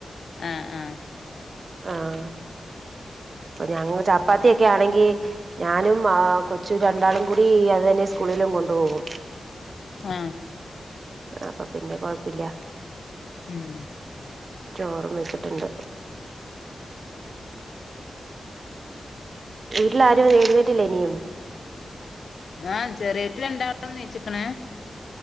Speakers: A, on the left; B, on the right.
A: ആന്ന് ആഹ്
B: ആഹ് ഇപ്പ ഞങ്ങ ചപ്പാത്തിയക്കെ ആണെങ്കിൽ ഞാനും കൊച്ചു രണ്ടാളും കൂടി അത് തന്നെ സ്കൂളിലും കൊണ്ടപോൾ
A: ആഹ
B: അപ്പൊ പിന്നെ കൊഴപ്പില്ല
A: ഉം
B: ചോറും വെച്ചിട്ടുണ്ട് വീട്ടില ആാരും നേടുന്നിട്ടില്ല ഇനിയും
A: ആഹ ചെറ വീട്ടില ഇണ്ടാവന്ന് നച്ചിക്കണ